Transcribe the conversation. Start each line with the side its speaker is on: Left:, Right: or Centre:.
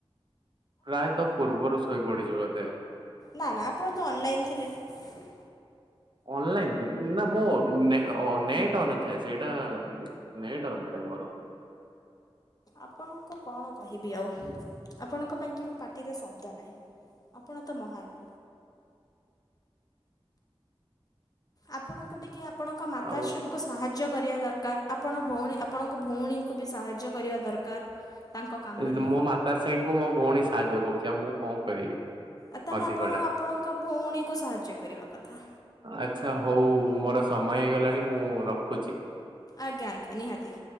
Right: ପ୍ରାୟତଃ ପୂର୍ବରୁ ଶୋଇ ପଡିଚି ବୋଧେ।
Left: ନା ନା ଆପଣ ତ ଅନଲାଇନ ଥିଲେ ‌।
Right: ଅନ ଲାଇନ ଥିଲ ନା ମୋ ନେ ଓ ଅ ନେଟ ଅନ ଥାଏ ସେଇଟା ନେଟ ଅନ ଥାଏ ମୋର ‌।
Left: ଆପଣଙ୍କୁ କଣ କହିବି ଆଉ ଆପଣଙ୍କ ପାଇଁ କି ମୋ ପାଟି ରେ ଶବ୍ଦ ନାହିଁ। ଆପଣ ତ ମହାନ। ଆପଣଙ୍କୁ ଟିକେ ଆପଣଙ୍କ ମାତାଶ୍ରୀଙ୍କୁ।
Right: ଆଉ
Left: ସାହାଯ୍ୟ କରିବା ଦରକାର ଆପଣ ଭଉଣୀ ଆପଣଙ୍କ ଭଉଣୀଙ୍କୁ ବି ସାହାଯ୍ୟ କରିବା ଦରକାର। ତାଙ୍କ କାମରେ।
Right: ଏ ଯୋ ମୋ ମାତାଶ୍ରୀଙ୍କୁ ମୋ ଭଉଣୀ ସାହାଯ୍ୟ କରୁଛି ଆଉ ମୁଁ କଣ କରିବି।
Left: ଆଉ ତାହେଲେ
Right: ଅଧିକ
Left: ଆପଣ
Right: ଟା
Left: ଆପଣଙ୍କ ଭଉଣୀକୁ ସାହାଯ୍ୟ କରିବା କଥା।
Right: ଆଚ୍ଛା ହଉ ମୋର ସମୟ ହେଇଗଲାଣି ମୁଁ ରଖୁଛି।
Left: ଆଜ୍ଞା ଆଜ୍ଞା ନିହାତି